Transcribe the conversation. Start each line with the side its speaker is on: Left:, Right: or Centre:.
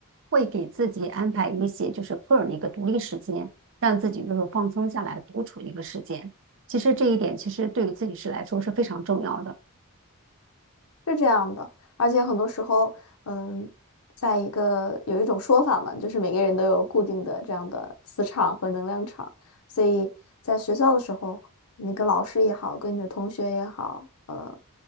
Right: 会给自己安排一些就是个人的一个独立时间，让自己就是放松下来独处的一个时间。其实这一点其实对于自己是来说是非常重要的。
Left: 是这样的，而且很多时候，嗯，在一个有一种说法嘛，就是每个人都有固定的这样的磁场和能量场，所以在学校的时候，你跟老师也好，跟你的同学也好，呃，